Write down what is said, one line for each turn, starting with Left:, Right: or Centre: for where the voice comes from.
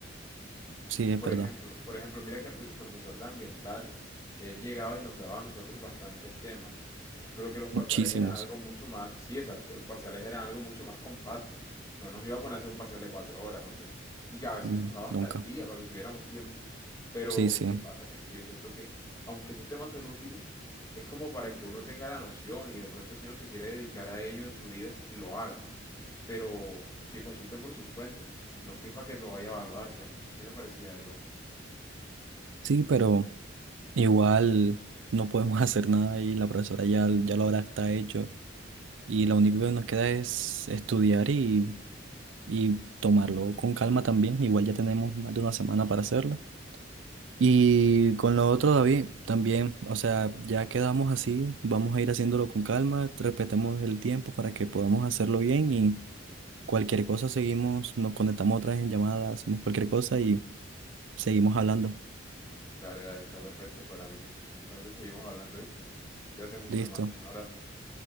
Right: sí, es
Left: Por
Right: verdad,
Left: ejemplo, por ejemplo, mira que el profesor de ambiental, él llegaba y nos daba a nosotros bastantes temas, pero que los parciales
Right: muchísimos,
Left: eran algo mucho más, sí, exacto, los parciales eran algo mucho más compacto. No nos iba a poner a hacer un parcial de cuatro horas, o sea, y que a veces
Right: mm,
Left: nos daba hasta
Right: nunca.
Left: el día para que tuviéramos tiempo. Pero,
Right: Sí, sí,
Left: ¿qué pasa? Que, que yo siento que, aunque esos temas son útiles, es como para que uno tenga la noción y de pronto si uno se quiere dedicar a ello en su vida, lo haga pero que consulte por sus fuentes, no que para que lo vaya a evaluar, ¿cierto? Eso sí me parece ya de locos.
Right: sí, pero... Igual no podemos <laughs> hacer nada y la profesora ya, ya lo habrá está hecho. Y lo único que nos queda es estudiar y, y tomarlo con calma también. Igual ya tenemos más de una semana para hacerlo. Y con lo otro, David, también, o sea, ya quedamos así, vamos a ir haciéndolo con calma, respetemos el tiempo para que podamos hacerlo bien y cualquier cosa seguimos, nos conectamos otra vez en llamada, hacemos cualquier cosa y seguimos hablando.
Left: Dale, dale, está perfecto para mí, Jesús. Entonces seguimos hablando, ¿viste? Cuídate mucho,
Right: Listo,
Left: hermano. Un abrazo.